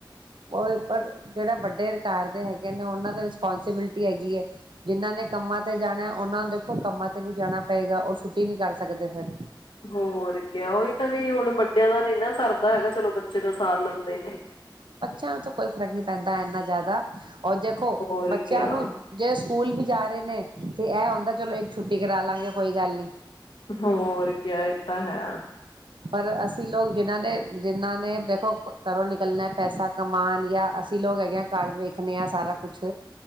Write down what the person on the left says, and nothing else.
ਹੋਰ ਕਿਆ ਉਹੀ ਤਾਂ ਵੀ ਹੁਣ ਵੱਡਿਆਂ ਦਾ ਨ ਨਾ ਸਰਦਾ ਹੈਗਾ ਚਲੋ ਬੱਚੇ ਦਾ ਸਾਰ ਲੈਂਦੇ ਨੇ
ਹੋਰ
ਕਿਆ
ਹੋਰ ਕਿਆ ਇਹ ਤਾਂ ਹੈ